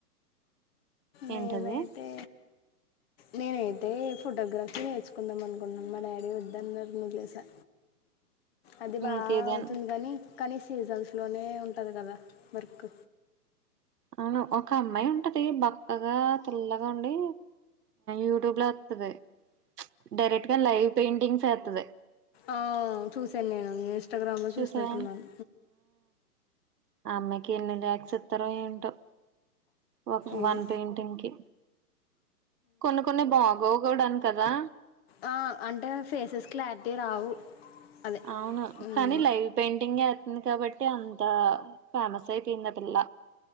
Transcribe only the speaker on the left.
నేనైతే
నేనైతే ఫోటోగ్రఫీ నేర్చుకుందాం అనుకున్నాను మా డాడీ ఒద్దన్నారని ఒదిలేసా అది బాగవుతుంది
గాని కానీ సీజన్స్ లోనే ఉంటది గదా వర్క్
ఓ చూసాన్నేను ఇంస్టాగ్రామ్ లో
చూసినట్టున్నాను
ఏమో
ఆ అంటే ఫేసెస్ క్లార్టీగ రావు అదే
ఉమ్,